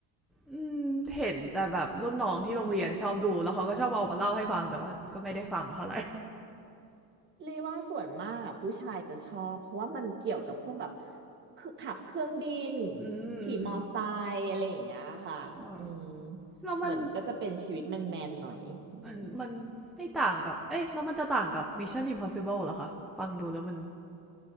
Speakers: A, in the centre; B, on the right.
A: อืมเห็นแต่แบบรุ่นน้องที่โรงเรียนชอบดูแล้วเขาก็ชอบเอามาเล่าให้ฟังแต่ว่าก็ไม่ได้ฟังเท่าไหร่
B: เรียกว่าส่วนมากอะผู้ชายจะชอบเพราะว่ามันเกี่ยวกับพวกแบบคือขับเครื่องบิน
A: อืมอืม
B: ขี่มอไซค์อะไรอย่างเงี้ยค่ะอืม
A: อ่าแล้วมัน
B: เหมือนก็จะเป็นชีวิตแมนๆหน่อยอืม
A: มัน มันไม่ต่างกับ เอ๊ะแล้วมันจะต่างกับ Mission Impossible เหรอคะ ฟังดูแล้วมัน